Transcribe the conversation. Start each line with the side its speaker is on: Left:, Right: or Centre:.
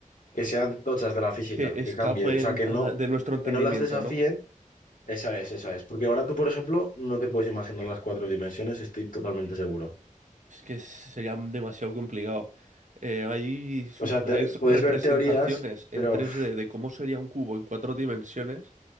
Left: que sean tochas de la física,
Right: que escapen
Left: que cambie, o sea, que
Right: ah,
Left: no,
Right: de nuestro entendimiento,
Left: que no las desafíen
Right: ¿no?
Left: Esa es, esa es. Porque ahora tú, por ejemplo, no te puedes imaginar las cuatro dimensiones, estoy totalmente seguro.
Right: Es que sería demasiado complicado. Eh, hay, su-
Left: O sea, te-
Right: hay s-
Left: puedes
Right: representaciones
Left: ver teorías,
Right: en
Left: pero,
Right: tres
Left: uf,
Right: d de cómo sería un cubo en cuatro dimensiones,